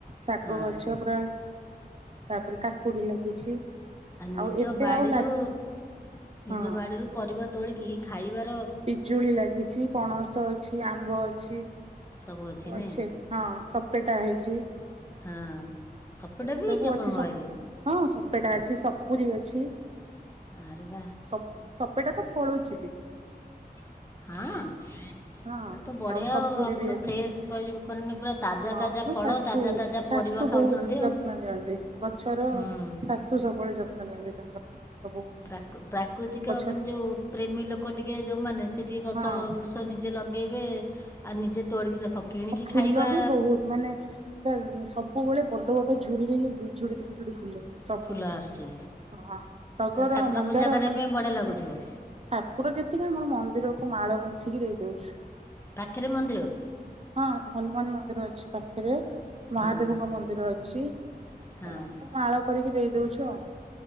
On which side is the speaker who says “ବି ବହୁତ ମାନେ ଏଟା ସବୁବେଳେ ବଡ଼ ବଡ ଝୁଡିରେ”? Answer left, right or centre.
Right